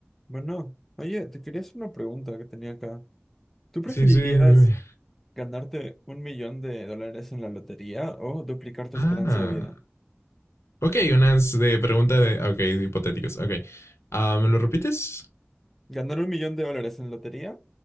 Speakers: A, in the centre; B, on the left.
A: Bueno, oye, te quería hacer una pregunta que tenía acá. ¿Tú preferirías
B: Sí, sí, dime.
A: ganarte un millón de dólares en la lotería o duplicar tu esperanza
B: Ah,
A: de vida?
B: ok, unas de pregunta de, ah, ok, hipotéticos, ok. Ah, ¿me lo repites?
A: ¿Ganar un millón de dólares en lotería